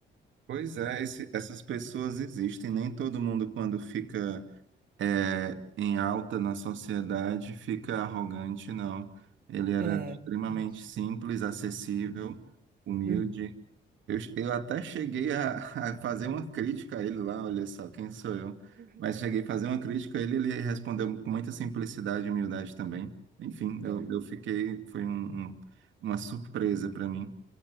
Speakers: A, on the right; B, on the right.
A: Pois é, esse- essas pessoas existem. Nem todo mundo, quando fica é, em alta na sociedade fica arrogante, não. Ele era
B: É
A: extremamente
B: verdade.
A: simples, acessível, humilde.
B: Uhum.
A: Eu, eu até cheguei a, <laughs> a fazer uma crítica a ele lá, olha só, quem sou eu?
B: Uhum.
A: Mas cheguei a fazer uma crítica a ele, ele respondeu com muita simplicidade e humildade também. Enfim, eu,
B: Aham.
A: eu fiquei, foi um, um- uma surpresa para mim.